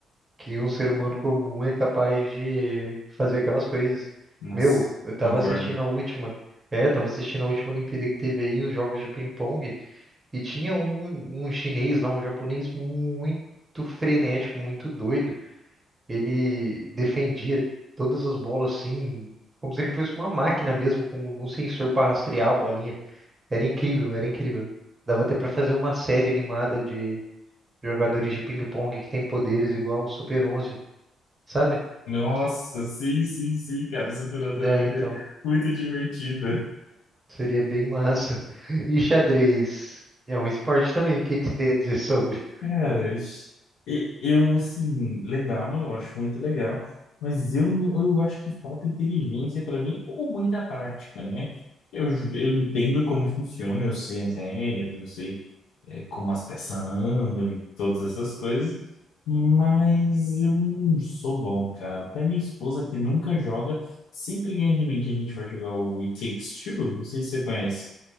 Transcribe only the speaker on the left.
Nossa,
concordo.
Nossa, sim, sim, sim, cara, essa finança
era muito,
muito divertida.
Cara, ixi, e- eu, assim, legal, eu acho muito legal, mas eu, eu acho que falta inteligência para mim ou muita prática, né? Eu, eu entendo como funciona, eu sei as regras, eu sei é, como as peças andam e todas essas coisas, mas eu não sou bom, cara. Até minha esposa, que nunca joga, sempre ganha de mim que a gente vai jogar o It Takes Two, não sei se você conhece.